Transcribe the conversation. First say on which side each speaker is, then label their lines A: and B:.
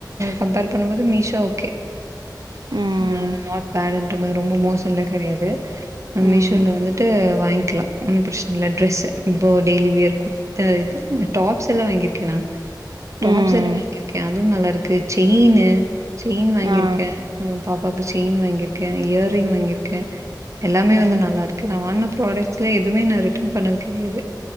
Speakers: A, on the right; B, on the right.
A: கம்பேர் பண்ணும்போது மீஷோ ஓகே
B: ம்
A: அ நாட் பேட் ரொம்ப மோசம்ல்லா கிடையாது ஆ
B: ம்
A: மிசோலா வந்து வாங்கிக்கலா ஒன்னும் பிரச்சனை இல்ல டிரரஸ் இப்போ டெய்லி வியர் கூர்த்தா டாப்ஸ் எல்லா வாங்கியிருக்கே நா டாப்ஸ்
B: ம்
A: எல்லாம் வாங்கி இருக்கேன் அதுவும் நல்லா இருக்கு செயின்னு செயின் வாங்கியிருக்கே
B: ஆ
A: பாப்பாவுக்கு செயின் வாங்கியிருக்கே இயரிங் வாங்கியிருக்கே எல்லாமே
B: ம்
A: வந்து நல்லா இப்ப நா வாங்ன ப்ராடக்ஸ்ல எதுவுமே நா ரிட்டன் பண்ணது கிடையாது